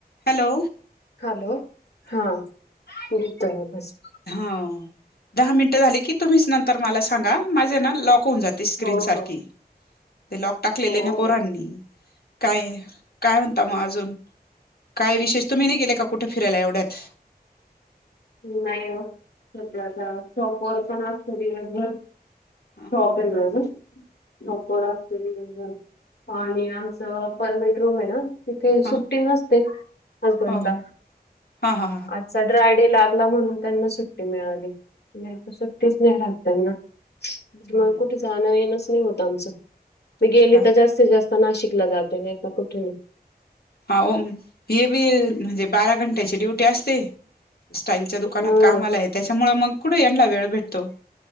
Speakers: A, on the left; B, on the left.
A: Hello
B: hello. हा <unintelligible>
A: हा. दहा मिनटं झाली की, तुम्हीच नंतर मला सांगा. माझे ना लॉक होउन जाते स्क्रीन
B: हो
A: सारखी.
B: हो
A: ते लॉक टाकलेले
B: हो
A: ना पोरांनी.
B: हो.
A: काय, काय म्हणता मग अजून? काय विशेष. तुम्ही नाही गेले का, कुठं फिरायला एवढ्यात?
B: नाही हो. सध्या आता शॉपवर पण असतो दिवस भर.
A: हा
B: शॉप आहे
A: हो
B: ना माझं. शॉप वर असते मी. आणि आमचं परमेट रूम आहे ना तिथुन
A: हां
B: सुट्टी नसते ना हजबंडला.
A: हो
B: <inaudible>
A: हां हां
B: आजचा ड्रायडे ला मला म्हणून त्यांना सुट्टी मिळाली. नाहीतर सुट्टीच नाही राहत त्यांना.
A: हां
B: त्यामुळे कुठे जाण येणच नाही होत आमचं. मी गेले
A: हो का
B: तर जास्तीत जास्त नाशिकला जातोय. नाही तर कुठे?
A: हाव. हे बी म्हणजे बारा घंट्याची ड्युटी असते. स्टाईलच्या दुकानात
B: हा
A: कामालाय, त्याच्यामुळं मग कुठे यांनला वेळ भेटतो.